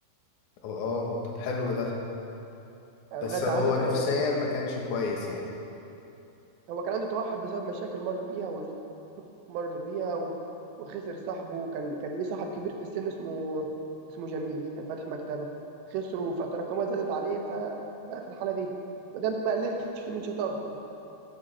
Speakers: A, on the left; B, on the right.
A: هو اه طب حلو ده بس
B: غادة
A: هو
B: عادل كانت
A: نفسيا
B: هي صاحب
A: ما كانش كويس يعني
B: هو كان عنده توحد بسبب مشاكل مر بيها وظروف مر بيها و... وخسر صاحبه وكان كان ليه صاحب كبير في السن اسمه اسمه جميل كان فاتح مكتبة خسره فتراكمات زادت عليه فبقى في الحالة دي وده ما قللش من شطارته